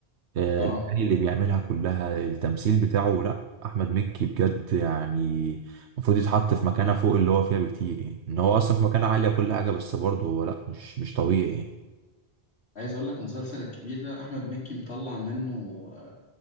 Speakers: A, on the right (about 85°); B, on the left (about 70°).
A: آه،
B: اه
A: الاغاني اللي بيعملها كلها التمثيل بتاعه لا احمد مكي بجد يعني المفروض يتحط في مكانه فوق اللي هو فيها بكتير يعني ان هو اصلا في مكانه عاليه كل حاجه بس برضه هو لا مش مش طبيعي يعني.
B: عايز اقول لك مسلسل الكبير ده احمد مكي مطلع منه آه،